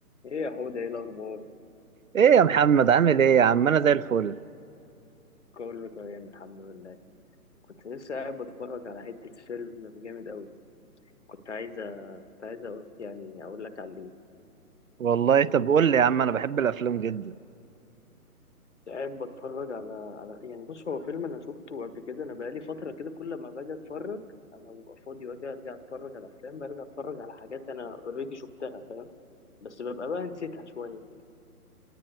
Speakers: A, on the left; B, on the right.
A: ايه يا حوده ايه الاخبار
B: ايه يا محمد عامل ايه يا عم انا زي الفل
A: كله تمام الحمد لله كنت لسه قاعد بتفرج على حته فيلم جامد قوي كنت عايزه كنت عايزه أقول يعني اقول لك عليه
B: والله طب قول لي يا عم انا بحب الافلام جدا
A: قاعد بتفرج على على يعني بص هو فيلم انا شفته قبل كده انا بقالي فتره كده كل ما باجي اتفرج اما ببقى فاضي واجي ارجع اتفرج على افلام برجع اتفرج على حاجات انا اوريدي شفتها فاهم بس ببقى بقى نسيتها شويه